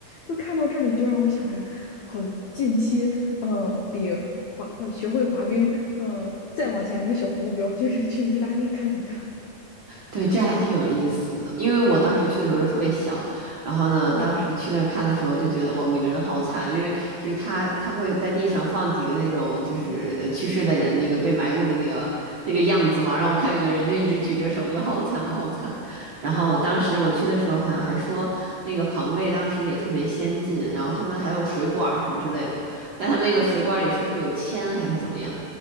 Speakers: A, on the left; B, on the right.
A: 就看到这里就让我想着，好，近期呃比滑呃学会滑冰呃再往前一个小目标就是去意大利看一看。
B: 对，这还挺有意思的，因为我当时去的时候是特别小，然后呢，
A: 嗯，
B: 当时去那儿看的时候就觉得哇，每个人好惨，因为就是他他会在地上放几个那种就是呃去世的人那个被埋住的那个那个样子嘛，然后我看有个人就一直举着手，就好惨好惨。然后当时我去的时候好像还说那个庞贝当时也特别先进，
A: 哦哦
B: 然后他们还有水管儿什么之类的，但他们那个水管儿里说是有铅还是怎么样，